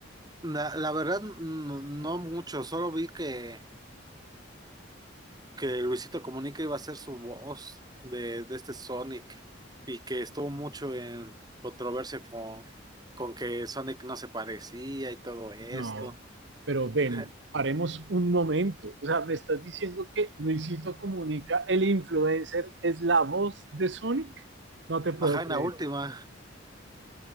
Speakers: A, on the right; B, on the right.
A: La, la verdad, no, no mucho. Solo vi que, que Luisito Comunica iba a ser su voz de, de este Sonic y que estuvo mucho en controversia con, con que Sonic no se parecía y todo esto.
B: No, pero ven,
A: <laughs>
B: paremos un momento. O sea, me estás diciendo que Luisito Comunica, el influencer, es la voz de Sonic. No te puedo
A: Ajá,
B: creer.
A: en la última.